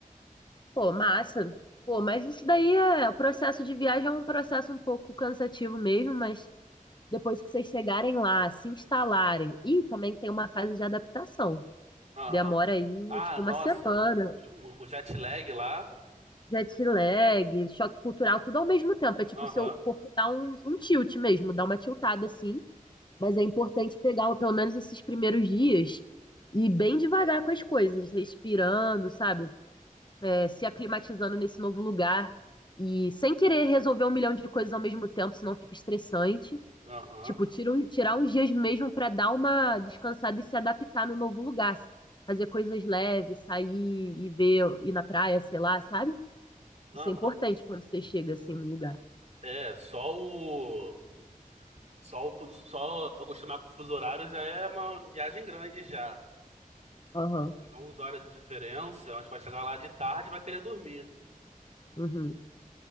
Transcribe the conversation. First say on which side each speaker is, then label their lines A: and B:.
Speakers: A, on the left; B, on the right.
A: Pô, massa. Pô, mas isso daí é, o processo de viagem é um processo um pouco cansativo mesmo, mas depois que vocês chegarem lá, se instalarem, e também tem uma fase de adaptação.
B: Aham.
A: Demora aí,
B: Ah,
A: tipo,
B: nossa,
A: uma semana,
B: o, o, o jet lag lá.
A: jet lag, choque cultural, tudo ao mesmo tempo. É tipo,
B: Aham,
A: o seu corpo dá um, um tilt mesmo, dá uma tiltada assim, mas é importante pegar pelo menos esses primeiros dias e ir bem devagar com as coisas, respirando, sabe? É, se aclimatizando nesse novo lugar e sem querer resolver um milhão de coisas ao mesmo tempo, senão fica estressante.
B: aham.
A: Tipo, tira um- tirar uns dias mesmo pra dar uma descansada e se adaptar no novo lugar. Fazer coisas leves, sair e ver, ir na praia, sei lá, sabe?
B: Aham.
A: Isso é importante quando você chega assim no lugar.
B: É, só o. Só o. fuso- Só acostumar com o fuso horário já é uma viagem grande já.
A: Aham.
B: As 11 horas de diferença, mas vai chegar lá de tarde e vai querer dormir.
A: Uhum.